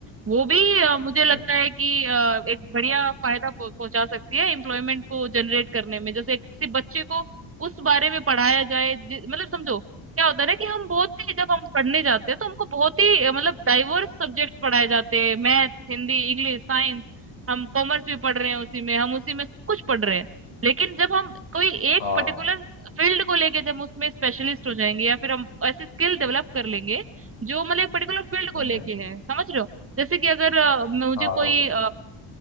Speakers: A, on the right (about 25°); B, on the left (about 85°).
A: वो भी अ, मुझे
B: हम्म
A: लगता है कि अ, एक बढ़िया फायदा पहुं- पहुंचा सकती है एम्प्लॉयमेंट को जनरेट करने में जैसे किसी बच्चे को उस बारे में पढ़ाया जाए जि- मतलब समझो क्या होता है ना कि हम बहुत ही जब हम पढ़ने जाते हैं तो हमको बहुत ही अ, मतलब डाइवर्स सब्जेक्ट पढ़ाए जाते हैं Math Hindi English science हम कॉमर्स भी पढ़ रहे हैं उसी में हम उसी में सब कुछ पढ़ रहे हैं लेकिन जब हम कोई एक
B: हाँ
A: पर्टिकुलर फील्ड को लेके जब उसमें स्पेशलिस्ट हो जाएंगे या फिर हम ऐसी स्किल डेवलप कर लेंगे जो मतलब एक पर्टिकुलर फील्ड को
B: हम्म
A: लेके है समझ रहे हो जैसे कि अगर अ, मुझे
B: हाँ
A: कोई
B: समझ लो